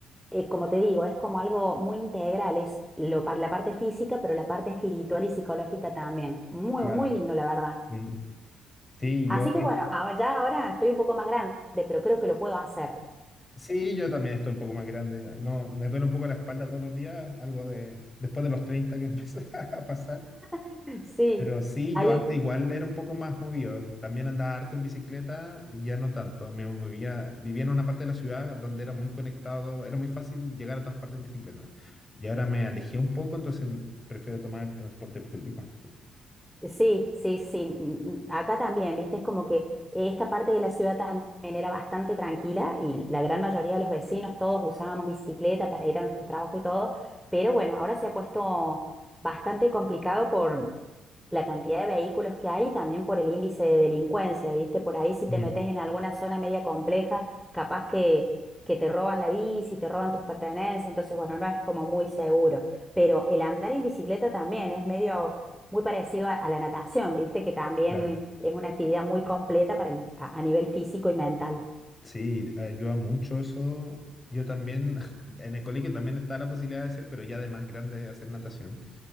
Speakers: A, in the centre; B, on the left (about 25°).
A: eh, como te digo, es como algo muy integral, es lo, par- la parte física, pero la parte espiritual y psicológica también. Muy,
B: claro,
A: muy lindo, la verdad.
B: sí. Sí,
A: Así
B: yo,
A: que bueno, ahora- ya ahora estoy un poco más grande, pero creo que lo puedo hacer.
B: sí, yo también estoy un poco más grande. No, me duele un poco la espalda todos los días, algo de después de los 30 que empieza <laughs> a pasar.
A: <laughs> Sí,
B: Pero sí,
A: ahí.
B: yo antes igual era un poco más movido. También andaba harto en bicicleta y ya no tanto. Me movía, vivía en una parte de la ciudad donde era muy conectado, era muy fácil llegar a todas partes en bicicleta. Y ahora me alejé un poco, entonces prefiero tomar el transporte público.
A: Sí, sí, sí. mm, mm, Acá también, viste, es como que esta parte de la ciudad también era bastante tranquila y la gran mayoría de los vecinos, todos usábamos bicicleta para ir a nuestro trabajo y todo, pero bueno, ahora se ha puesto bastante complicado por la cantidad de vehículos que hay y también por el índice de delincuencia, viste, por ahí si
B: Mm.
A: te metes en alguna zona media compleja, capaz que, que te roban la bici, te roban tus pertenencias, entonces bueno, no es como muy seguro, pero el andar en bicicleta también es medio muy parecido a, a la natación, ¿viste? Que también
B: Claro.
A: es una actividad muy completa para el- a, a nivel físico y mental.
B: Sí, ayuda mucho eso. Yo también, <laughs> en el colegio también está la posibilidad de hacer, pero ya de más grande hacer natación.